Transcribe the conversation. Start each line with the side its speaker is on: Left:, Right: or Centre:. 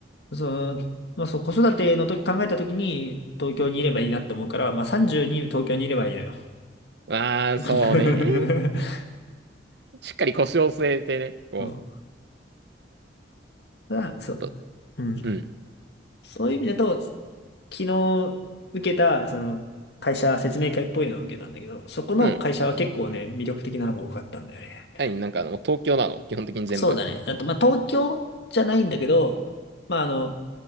Left: う。その、まあそう子育ての時考えた時に東京にいればいいなって思うから、まあ30に東京にいればいいのよ。
Right: ああ、
Left: <laughs>
Right: そうね。<laughs> しっかり腰を据えてね、こ
Left: そう。だそう。
Right: う、と、
Left: うん。
Right: うん、
Left: そういう意味だと、昨日受けた、その、会社説明会っぽいのを受けたんだけど、そこの会社は結構ね、
Right: うん。
Left: 魅力的なのが多かったんだよね。
Right: 何、なんかあの、東京なの基本的に全部。
Left: そうだね。あと、まあ、東京じゃないんだけど、まあ、あの、